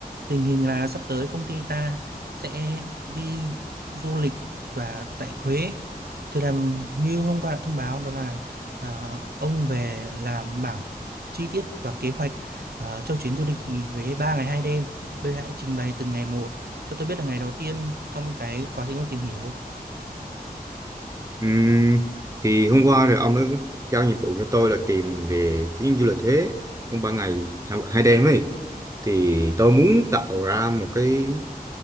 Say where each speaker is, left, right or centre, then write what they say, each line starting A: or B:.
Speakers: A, on the right; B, on the right.
A: Tình hình là sắp tới công ty ta sẽ đi du lịch và tại Huế. Thì làm như hôm qua đã thông báo đó là ờ, ông về làm bảng chi tiết và kế hoạch ờ, cho chuyến du lịch Huế 3 ngày 2 đêm. Bây giờ hãy trình bày từng ngày một cho tôi biết là ngày đầu tiên trong cái quá trình ông tìm hiểu.
B: Ừm, thì hôm qua rồi ông ấy giao nhiệm vụ cho tôi là tìm về chuyến du lịch Huế trong 3 ngày hai hai đêm ấy thì tôi muốn tạo ra một cái